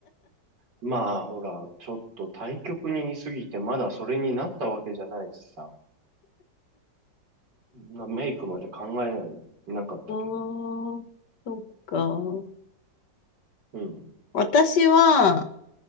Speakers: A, on the right; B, on the left.
A: まあ、ほら、ちょっと対極にいすぎて、まだそれになったわけじゃないしさ。なメイクまで考えなかったけど。
B: あーそっか。
A: うん。
B: 私は、